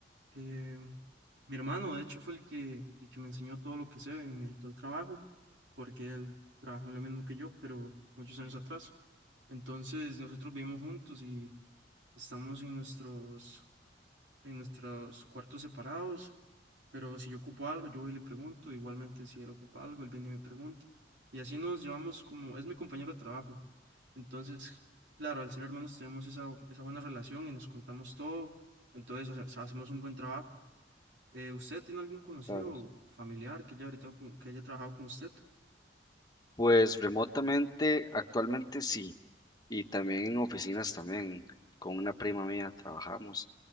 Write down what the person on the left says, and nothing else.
Claro, sí.
Pues remotamente, actualmente sí, y también en oficinas también, con una prima mía trabajamos,